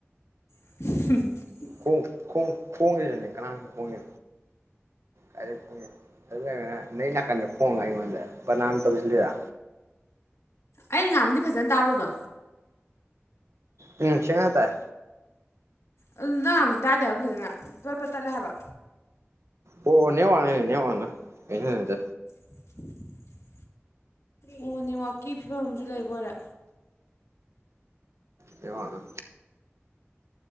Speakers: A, on the left; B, on the right.
A: <unintelligible>
B: ꯈꯣꯡ ꯈꯣꯡ ꯈꯣꯡꯒꯦ <unintelligible> ꯀꯅꯥꯅ ꯈꯣꯡꯉꯤ <unintelligible> <unintelligible> ꯅꯣꯏ ꯅꯥꯀꯟꯗ ꯈꯣꯡꯉꯒ ꯑꯩꯉꯣꯟꯗ ꯕꯗꯅꯥꯝ ꯇꯧꯁꯤꯜꯂꯤꯔ
A: ꯑꯩꯅ ꯉꯥꯡꯕꯗꯤ ꯐꯖꯅ ꯇꯥꯕ꯭ꯔꯣꯗꯣ
B: ꯎꯝ ꯁꯦꯡꯅ ꯇꯥꯏ
A: ꯑꯗꯨ ꯅꯪꯅ ꯉꯥꯡꯕꯗꯤ ꯇꯥꯗꯦ ꯍꯥꯏꯕ ꯐꯖꯅ ꯄꯠ ꯄꯠ ꯇꯠꯂꯦ ꯍꯥꯏꯕ
B: ꯑꯣ ꯅꯦꯋꯥꯛꯅꯅꯦ ꯅꯦꯋꯥꯛꯅ ꯑꯩꯁꯤꯅ ꯅꯠꯇꯦ
A: <inaudible> ꯑꯣ ꯅꯦꯠꯋꯥꯛꯀꯤ ꯐꯤꯕꯝ ꯑꯝꯖꯨ ꯂꯩꯕ ꯑꯣꯏꯔꯦ
B: ꯅꯦꯠꯋꯥꯛꯅ